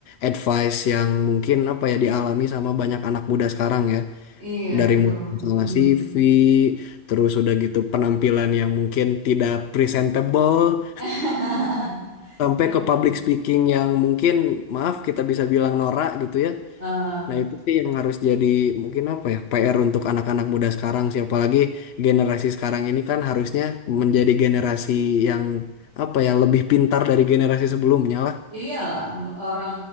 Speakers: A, on the left; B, on the right.
A: advice yang mungkin apa ya dialami sama banyak anak muda sekarang ya
B: Iya
A: dari
B: betul.
A: mulai masalah
B: Mhm.
A: CV terus udah gitu penampilan yang mungkin tidak presentable
B: <laughs>
A: sampai
B: Betul.
A: ke public speaking yang mungkin maaf kita bisa bilang norak gitu ya.
B: Eh,
A: Nah, itu sih yang harus jadi mungkin apa ya PR untuk anak-anak muda sekarang sih apalagi generasi sekarang ini kan harusnya menjadi generasi yang apa ya lebih pintar dari generasi sebelumnya lah.
B: iyalah m- orang